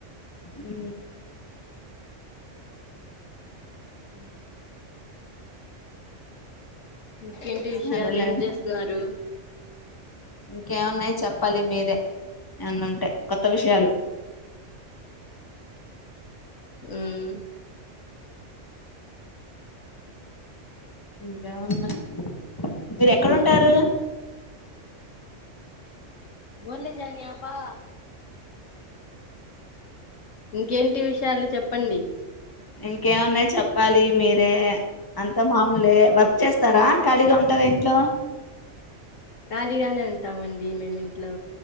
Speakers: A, on the left; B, on the left.
A: ఉ
B: అ ఇంకేంటి విషయాలు
A: సరేలేండి
B: ఏం చేస్తున్నారు
A: ఇంకేమున్నాయి చెప్పాలి మీరే ఏమఅన్న ఉంటే కొత్త విషయాలు
B: ఉ
A: ఇంకా ఉన్నాయ్ మీరు ఎక్కడుంటారు
B: ఒన్లే జనీపా ఇంకేంటి విషయాలు చెప్పండి
A: ఇంకేమున్నాయ్ చెప్పాలి మీరే అంత మామూలే వర్క్ చేస్తారా ఖాళీగా ఉంటారా ఇంట్లో
B: ఖలిగానే ఉంటామండి మేమి ఇంట్లో